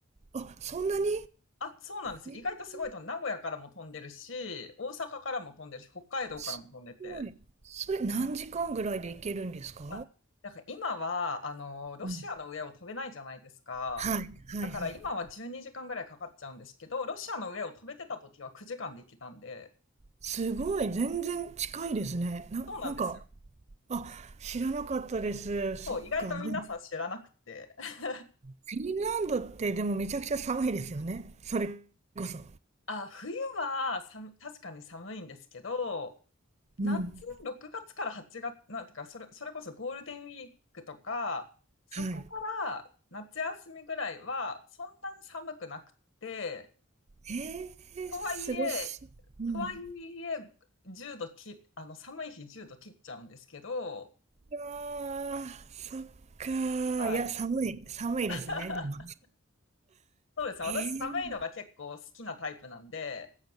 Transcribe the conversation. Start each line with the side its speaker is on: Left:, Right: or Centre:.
Right: あ、そんなに
Left: あ、そうなんですよ。
Right: えー
Left: 意外とすごいと、名古屋からも飛んでるし、大阪からも飛んでるし、北海道からも飛んでて。
Right: すごい。それ何時間ぐらいで行けるんですか
Left: あ、だから今は、あの、ロシアの上を飛べないじゃないですか。
Right: うん。はい、はい、
Left: だから今は12時間ぐらいかかっちゃうんですけど、
Right: はい。
Left: ロシアの上を飛べてた時は9時間で行けたんで、
Right: すごい、全然近いですね。な、
Left: そうなんですよ。
Right: なんか、あ、知らなかったです。そっか。
Left: そう、意外と皆さん知らなくて。
Right: でも、
Left: <laughs>
Right: フィンランドってでもめちゃくちゃ寒いですよね。それこそ。
Left: あ、冬は寒確かに寒いんですけど、夏、
Right: うん。
Left: 6月から8月、なんてか、それ、それこそゴールデンウィークとか、そこから夏休みぐらいは、
Right: はい。
Left: そんなに寒くなくて、
Right: えー、
Left: とはいえ、
Right: 過ごし、うん。
Left: とはいえ、1度き、あの、寒い日10度切っちゃうんですけど、
Right: いやー、そっかー。
Left: はい。
Right: いや、寒い、寒いですね、
Left: <laughs>
Right: でも。
Left: そうですね。
Right: えー、
Left: 私、寒いのが結構好きなタイプなんで、